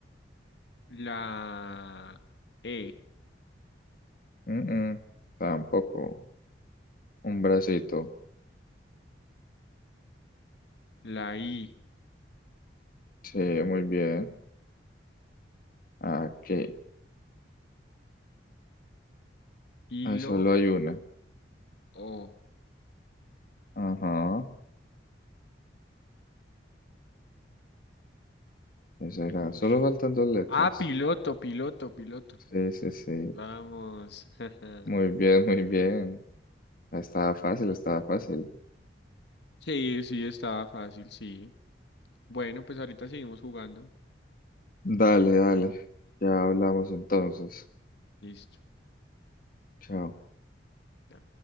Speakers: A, on the left; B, on the left.
A: la E,
B: Mm, mm, Tampoco. Un bracito.
A: la I,
B: Sí, muy bien. Aquí.
A: y
B: Ah, solo
A: lo
B: hay una.
A: O.
B: Ajá. ¿Qué será?
A: Ush.
B: Solo faltan dos letras.
A: Ah, piloto, piloto, piloto.
B: Sí, sí, sí.
A: Vamos. <laughs>
B: Muy bien, muy bien. Estaba fácil, estaba fácil.
A: Sí, sí, estaba fácil, sí. Bueno, pues ahorita seguimos jugando.
B: Dale, dale. Ya hablamos entonces.
A: Listo.
B: Chao.
A: Ya.